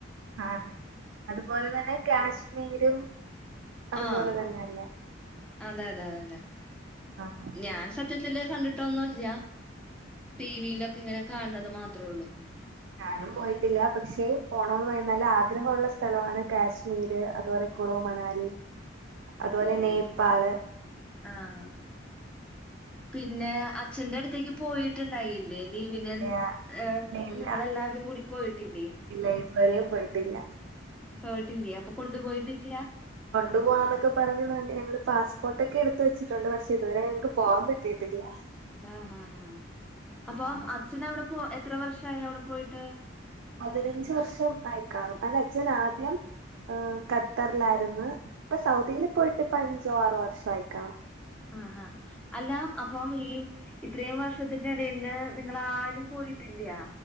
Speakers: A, on the right; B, in the centre.
A: ആഹ് അതുപോലെ തന്നെ കാശ്മീരും അതുപോലെ
B: ആഹ്
A: തന്നെയല്ലേ
B: അതെ അതെ അതെ അതെ
A: ആഹ്
B: ഞാൻ സത് സത്യത്തില് കണ്ടിട്ടൊന്നുല്ല ടിവിയിലൊക്കെ ഇങ്ങനെ കാണണത് മാത്രേള്ളൂ
A: ഞാനും പോയിട്ടില്ല പക്ഷെ പോണോന്ന് നല്ല ആഗ്രഹള്ള സ്ഥലമാണ് കാശ്മീര് അതുപോലെ കുളു മണാലി അതുപോലെ നേപ്പാള്
B: ആഹ് പിന്നെ അച്ഛന്റെ അടുത്തേക്ക് പോയിട്ടുണ്ടായില്ലേ ലീവിനൻ
A: ഇല്ല
B: അ
A: ഇല്ല ഇല്ല
B: നിങ്ങളെല്ലാവരും കൂടി പോയിട്ടില്ലേ
A: ഇല്ല ഇതുവരെ പോയിട്ടില്ല
B: പോയിട്ടില്യ അപ്പൊ കൊണ്ടു പോയിട്ടില്ല്യ
A: കൊണ്ടു പോവാന്നൊക്കെ പറഞ്ഞു ഞങ്ങള് പാസ്പോർട്ട്ക്കെ എടുത്ത് വച്ചിട്ടുണ്ട് പക്ഷെ ഇതുവരെ ഞങ്ങക്ക് പോവാൻ പറ്റിയിട്ടില്ല
B: ആഹ് ആഹ് ഹ് അപ്പം
A: ആഹ്
B: അച്ഛന അവിടെ പോ എത്ര വർഷായി അവിടെ പോയിട്ട്
A: പതിനഞ്ച് വർഷം ആയി കാണും അല്ല അച്ഛൻ ആദ്യം അ ഖത്തറിലായിരുന്നു ഇപ്പൊ സൗദിയില് പോയിട്ട് ഇപ്പ അഞ്ചോ ആറോ വർഷ ആയിക്കാണും
B: ആഹ് ആഹ് അല്ല അപ്പം ഈ ഇത്രയും വർഷത്തിന്റെ ഇടയില് നിങ്ങളാരും പോയിട്ടില്ലയാ